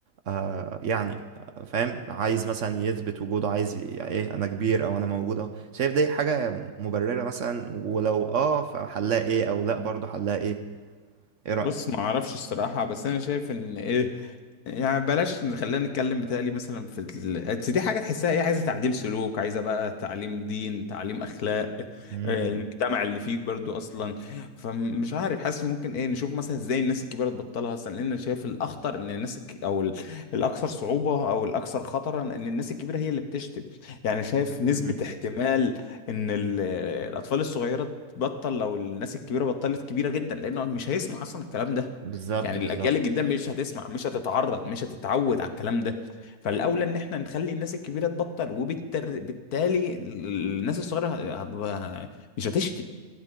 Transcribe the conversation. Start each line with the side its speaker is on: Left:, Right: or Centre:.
Right: آه يعني آه فاهم عايز مثلا يثبت وجوده عايز ي- يعني إيه أنا كبير أو أنا موجود أهو شايف دي حاجة مبررة مثلا ولو أه فحلها إيه أو لأ برضه حلها إيه إيه رأيك؟
Left: بص ما اعرفش الصراحة بس انا شايف ان ايه يعني بلاش خلينا نتكلم بتهيألي مثلا في ال... بس دي حاجة تحسها ايه عايزة تعديل سلوك عايزة بقى تعليم دين تعليم أخلاق
Right: امم
Left: آه، المجتمع اللي فيك برضو أصلا فمش عارف حاسس ممكن ايه نشوف مثلا ازاي الناس الكبيرة تبطلها أصلا لأن أنا شايف الأخطر إن الناس الك... أو ال... الأكثر صعوبة أو الأكثر خطرا إن الناس الكبيرة هي اللي بتشتم يعني شايف نسبة
Right: امم
Left: احتمال إن ال... الأطفال الصغيرة تبطل لو الناس الكبيرة بطلت كبيرة جدا لأنه مش هيسمع أصلا الكلام ده
Right: بالظبط
Left: يعني
Right: بالظبط
Left: الاجيال الجديده مش هتسمع مش هتتعرض مش هتتعود على الكلام ده فالاولى ان احنا نخلي الناس الكبيره تبطل وبالتالي الناس الصغيره هت- هت- مش هتشتي